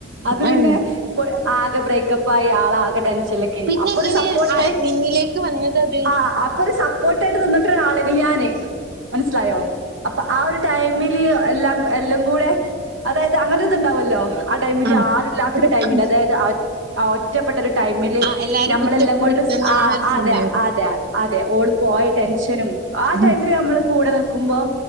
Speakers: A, on the right; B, on the right.
A: അത്
B: ആഹ്
A: പിന്നെ ഇ ആകെ ബ്രേക്കപ്പ് ആയി. ആള് ആകെ ടെൻ ഷനൊക്കെ
B: പിന്നെ
A: അപ്പൊരു
B: എങ്ങനെ
A: സപ്പോർട്ട്
B: ആ നിന്നിലേക്ക് വന്നത് അത്
A: <unintelligible> ആ അപ്പൊ രു സപ്പോർട്ട് ടുന്നിന്നിട്ട് ഒരാള്. നി ഞാന് മനസ്സിലയൊ. അപ്പൊ ആ ഒരു ടൈമില് എല്ല എല്ലം കൂടെ. അതായത് അങ്ങനെ ഒതു ഇത് ഇണ്ടാവല്ലോ. ആ ടൈമില്.
B: ആഹ്
A: ആരുല്ലാത്തൊരു
B: ഒരു
A: ടൈമില്.
B: ഉം.
A: അതായത് ഒറ്റപ്പെട്ട ഒരു മില്
B: ആ എല്ലാരും
A: നമ്മളെല്ലം
B: കുറ്റപ്പെടുത്തുന്ന
A: കൊണ്ടുസ്. ആ
B: ഒരു
A: അതെ
B: സമയം
A: അതെ അതെ ഓള് പോയ ടെൻഷനും ആ ടൈമില്
B: ഉം
A: നമ്മള് കൂടെ നിക്കുമ്പം